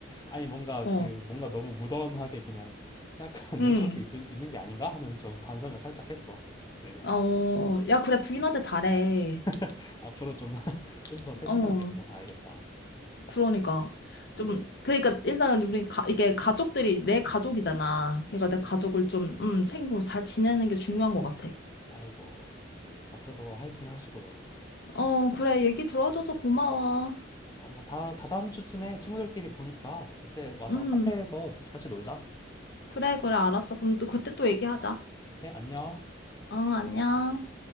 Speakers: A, on the left; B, on the left.
A: 아니 뭔가
B: 어.
A: 그 뭔가 너무 무던하게 그냥 생각하는 <laughs>
B: 응.
A: 눈치 없게 있을, 있는 게 아닌가 하는 좀 반성을 살짝 했어. 내가
B: 어, 야, 그래, 부인한테 잘해.
A: <laughs> 앞으로 좀 좀 더 <laughs> 세심하게
B: 어,
A: 물어봐야겠다.
B: 그러니까. 좀, 그러니까, 일단은 우리, 가, 이게 가족들이 내 가족이잖아.
A: 그치?
B: 그러니까 내 가족을 좀, 음, 챙기고 잘 지내는 게 중요한 것 같아.
A: 아이고 앞으로도 화이팅 하시고요.
B: 어, 그래, 얘기 들어줘서 고마워.
A: 어뭐다 다다음 주쯤에 친구들끼리 보니까 그때 와서
B: 음,
A: 카페에서 같이 놀자.
B: 그래, 그래, 알았어. 그럼 또 그때 또 얘기하자.
A: 그래 안녕.
B: 어, 안녕.